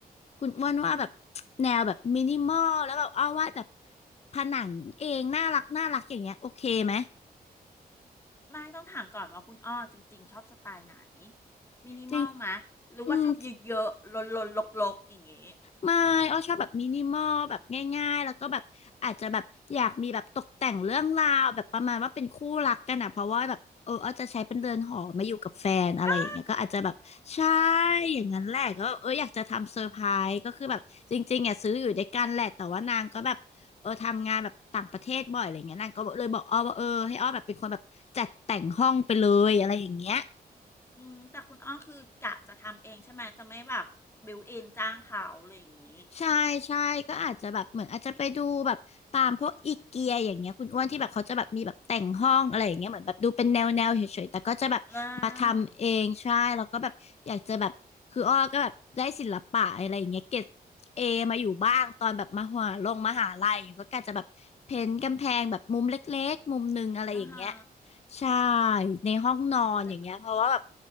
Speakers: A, on the left; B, on the left.
A: คุณอ้วนว่าแบบ
B: อืม
A: <tsk> แนวแบบมินิมอลแล้วแบบเอาวาดแบบผนังเองน่ารักน่ารักอย่างเงี้ยโอเคไหม
B: ไม่ต้องถามก่อนว่าคุณอ้อจริงๆชอบสไตล์ไหน มินิมอลมะ
A: จริง
B: หรือว่าชอบเยอะๆลนๆลกๆอย่างเงี้ย
A: อืม ไม่อ้อชอบแบบมินิมอลแบบง่ายๆ แล้วก็แบบอาจจะแบบอยากมีแบบตกแต่งเรื่องราวแบบประมาณว่าเป็นคู่รักกันอ่ะเพราะว่าแบบเอออ้อจะใช้เป็นเรือนหอมาอยู่กับแฟนอะไรอย่างเงี้ยก็อาจจะแบบใช่
B: อา
A: อย่างนั้นแหละก็เอออยากจะทำเซอร์ไพรส์ก็คือแบบจริงๆอ่ะซื้ออยู่ด้วยกันแหละแต่ว่านางก็แบบเออทำงานแบบต่างประเทศบ่อยอะไรเงี้ยนางก็เลยบอกอ้อว่าเออให้อ้อแบบเป็นคนแบบจัดแต่งห้องไปเลยอะไรอย่างเงี้ย
B: อืมแต่คุณอ้อคือกะจะทำเองใช่ไหมจะไม่แบบบิวเอนจ้างเขาอะไรอย่างงี้
A: ใช่ใช่ก็อาจจะแบบเหมือนอาจจะไปดูแบบตามพวกอีเกียอย่างเงี้ยคุณอ้วนที่แบบเขาจะแบบมีแบบแต่งห้องอะไรอย่างเงี้ยเหมือนแบบดูเป็นแนวแนวเฉยๆแต่ก็จะแบบมาทำเองใช่แล้วก็แบบอยากจะแบบคืออ้อก็แบบได้ศิลปะอะไรอย่างเงี้ยเกรดเอมาอยู่บ้างตอนแบบมหาลงมหาลัยอย่างเงี้ยก็กะจะแบบเพ้นท์กำแพงแบบมุมเล็กๆมุมหนึงอะไรอย่างเงี้ย
B: อ่าอ่าฮะ
A: ใช่ในห้องนอนอย่างเงี้ยเพราะว่าแบบ
B: เดะ